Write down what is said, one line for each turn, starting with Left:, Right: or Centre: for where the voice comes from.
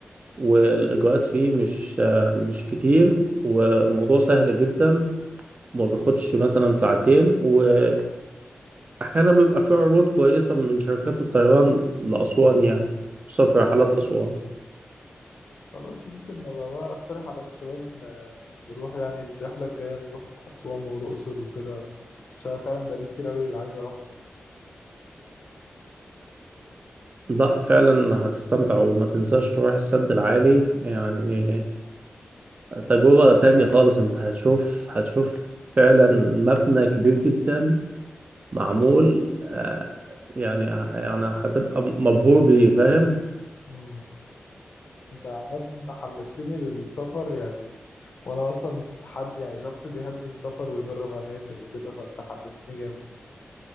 Right: والاجراءات فيه مش آه، مش كتير والموضوع سهل جدا وما بياخدش مثلا ساعتين واحيانا بيبقى فيه عروض كويسه من شركات الطيران لاسوان يعني خصوصا في رحلات اسوان
Left: خلاص ممكن نبقى بقى اقترح على الشباب آه، نروح يعني الرحله الجايه نروح اسوان والاقصر وكده عشان فعلا بقالي كتير قوي عايز اروح
Right: لا فعلا هتستمتع وما تنساش تروح السد العالي يعني تجربه تانية خالص انت هتشوف هتشوف فعلا مبنى كبير جدا معمول آه، يعني يعني هتبقى مبهور بيه فاهم
Left: مم. انت عامه حمستني للسفر يعني وانا اصلا حد يعني شخص بيحب السفر ويجرب اماكن وكده فانت حمستني جامد